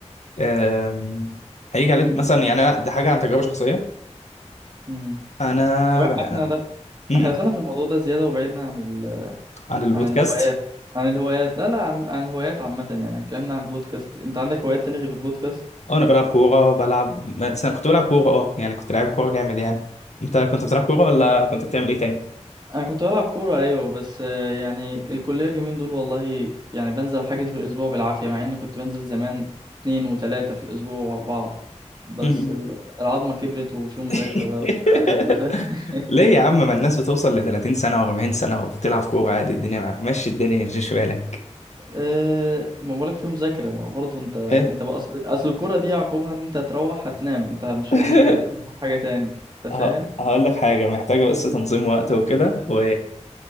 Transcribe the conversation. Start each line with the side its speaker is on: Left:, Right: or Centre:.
Left: آم، هيجي عليك
Right: مم.
Left: مثلا يعني انا دي حاجه عن تجربه شخصيه
Right: مم.
Left: انا
Right: طب
Left: بنا...
Right: احنا ده
Left: م-
Right: احنا
Left: م.
Right: دخلنا في الموضوع ده زياده وبعدنا عن ال...
Left: عن البودكاست
Right: عن الهوايات عن الهوايات لا لا عن, عن الهوايات عامه يعني اتكلمنا عن البودكاست انت عندك هوايات تاني غير البودكاست
Left: اه انا بلعب كوره بلعب مثلا كنت بلعب كوره اه يعني كنت لعيب كوره جامد يعني انت كنت بتلعب كوره ولا كنت بتعمل ايه
Right: انا كنت بلعب كوره ايوه بس آه، يعني الكليه اليومين دول والله يعني بنزل حاجز في الاسبوع بالعافيه مع اني كنت بنزل زمان اتنين وتلاته في الاسبوع واربعه بس
Left: تاني؟
Right: ال- العظمه كبرت وفي مذاكره
Left: <laughs>
Right: بقى وبتاع، انت فاهم <laughs>
Left: ليه يا عم ما الناس بتوصل ل 30 سنة و40 سنة وبتلعب كورة عادي الدنيا مع- مشي الدنيا مش بالك
Right: أه ما بقولك في مذاكره ما برضه انت انت
Left: إيه؟
Right: بقى اصل اصل الكوره دي عقوبها ان انت هتروح هتنام انت مش
Left: <laughs>
Right: مش قادر تعمل حاجه تاني انت
Left: ه-
Right: فاهم
Left: هقول لك حاجة محتاجة بس تنظيم وقت وكده و...